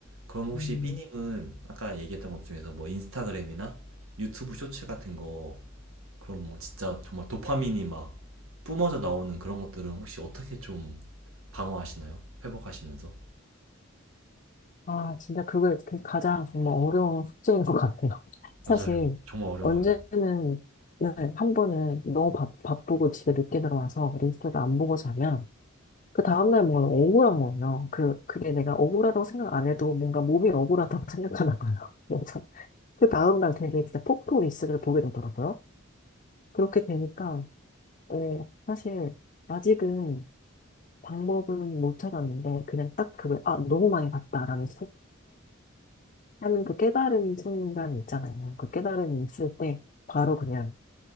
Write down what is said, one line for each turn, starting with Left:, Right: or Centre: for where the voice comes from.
Right: 그럼 혹시
Left: 음.
Right: 삐님은 아까 얘기했던 것 중에서 뭐 인스타그램이나 유튜브 쇼츠 같은 거 그럼 뭐 진짜 정말 도파민이 막 뿜어져 나오는 그런 것들은 혹시 어떻게 좀 방어하시나요? 회복하시면서?
Left: 아, 진짜 그게 그 가장 정말 어려운 숙제인 것 같아요. 사실,
Right: 맞아요. 정말 어려워요.
Left: 언제는, 네, 한 번은 너무 바, 바쁘고 집에 늦게 들어와서 리스를 안 보고 자면, 그 다음날 뭔가 너무 억울한 거예요. 그, 그게 내가 억울하다고 생각 안 해도 뭔가 몸이 억울하다고 <laughs> 생각하나 봐요. 그래서 그 다음날 되게 진짜 폭포 리스를 보게 되더라고요. 그렇게 되니까, 어, 사실, 아직은 방법은 못 찾았는데, 그냥 딱 그걸, 아, 너무 많이 봤다라는 하는 그 깨달은 순간 있잖아요. 그 깨달음이 있을 때 바로 그냥